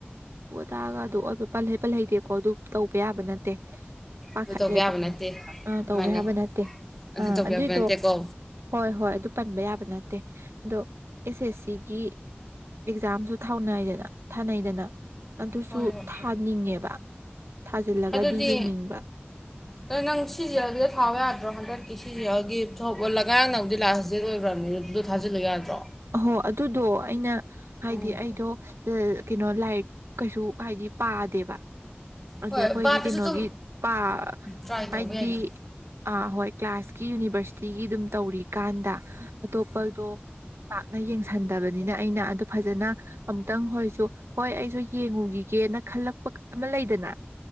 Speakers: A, on the right; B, in the centre.
A: ꯇꯥꯡꯑꯗꯨ ꯑꯗꯨ ꯄꯜꯍꯩ ꯄꯜꯍꯩꯗꯦꯀꯣ ꯑꯗꯨ ꯇꯧꯕ ꯌꯥꯕ ꯅꯠꯇꯦ ꯄꯥꯈꯠꯂꯦꯕ
B: ꯑꯗꯨ ꯇꯧꯕ ꯌꯥꯕ ꯅꯠꯇꯦ
A: ꯑ ꯇꯧꯕ
B: ꯃꯥꯅꯦ
A: ꯌꯥꯕ ꯅꯠꯇꯦ
B: ꯑꯗꯨ
A: ꯑꯥ
B: ꯇꯧꯕ
A: ꯑꯗꯨꯏꯗꯣ
B: ꯌꯥꯕ ꯅꯠꯇꯦꯀꯣ
A: ꯍꯣꯏ ꯍꯣꯏ ꯑꯗꯨ ꯄꯟꯕ ꯌꯥꯕ ꯅꯠꯇꯦ ꯑꯗꯣ ꯑꯦꯁ ꯑꯦꯁ ꯁꯤꯒꯤ ꯑꯦꯛꯖꯥꯝꯁꯨ ꯊꯥꯎꯅꯥꯏꯗꯅ ꯊꯥꯅꯩꯗꯅ ꯑꯗꯨꯁꯨ
B: ꯍꯣꯏ ꯍꯣꯏ
A: ꯊꯥꯅꯤꯡꯉꯦꯕ ꯊꯥꯖꯤꯜꯂꯒꯗꯤ
B: ꯑꯗꯨꯗꯤ
A: ꯌꯦꯡꯅꯤꯡꯕ
B: ꯑꯗꯣ ꯅꯪ ꯁꯤꯖꯕꯤꯗ ꯊꯥꯕ ꯌꯥꯗ꯭ꯔꯣ ꯍꯟꯗꯛ ꯀꯤꯁ ꯌꯥꯒꯦ ꯊꯣꯛ ꯂꯒꯥꯡꯅꯕꯨꯗꯤ ꯂꯥꯁ ꯗꯦꯠ ꯑꯣꯏꯈ꯭ꯔꯕꯅꯤ ꯑꯗꯨꯗꯣ ꯊꯥꯖꯤꯜꯂꯨ ꯌꯥꯗ꯭ꯔꯣ
A: ꯍꯣ ꯑꯗꯨꯗꯣ ꯑꯩꯅ ꯍꯥꯏꯗꯤ
B: ꯎꯝ
A: ꯑꯩꯗꯣ ꯀꯩꯅꯣ ꯂꯥꯏꯔꯤꯛ ꯀꯩꯁꯨ ꯍꯥꯏꯗꯤ ꯄꯥꯗꯦꯕ ꯑꯗꯨꯗꯤ
B: ꯍꯣꯏ
A: ꯑꯩꯈꯣꯏꯒꯤ
B: ꯕꯥꯔꯠꯇꯁꯨ
A: ꯀꯩꯅꯣꯒꯤ
B: ꯑꯗꯨꯝ
A: ꯄ
B: ꯇ꯭ꯔꯥꯏ
A: ꯍꯥꯏꯗꯤ
B: ꯇꯧꯕ ꯌꯥꯏꯅ
A: ꯑ ꯍꯣꯏ ꯀ꯭ꯂꯥꯁꯀꯤ ꯌꯨꯅꯤꯚꯔꯁꯤ ꯁꯤꯒꯤ ꯑꯗꯨꯝ ꯇꯧꯔꯤꯀꯥꯟꯗ ꯇꯣꯞꯄꯔꯗꯣ ꯌꯦꯡꯁꯟꯗꯕꯅꯤꯅ ꯑꯩꯅ ꯑꯗꯨ ꯐꯖꯅ ꯑꯃꯨꯛꯇꯪ ꯍꯣꯏꯁꯨ ꯍꯣꯏ ꯑꯩꯁꯨ ꯌꯦꯡꯉꯨꯈꯤꯒꯦꯅ ꯈꯜꯂꯛꯄ ꯑꯃ ꯂꯩꯗꯅ